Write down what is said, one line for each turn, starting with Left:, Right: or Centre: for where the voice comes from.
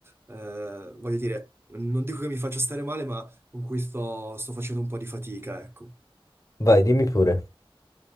Right: eh, voglio dire, non dico che mi faccia stare male, ma con cui sto, sto facendo un po' di fatica, ecco.
Left: Vai, dimmi pure,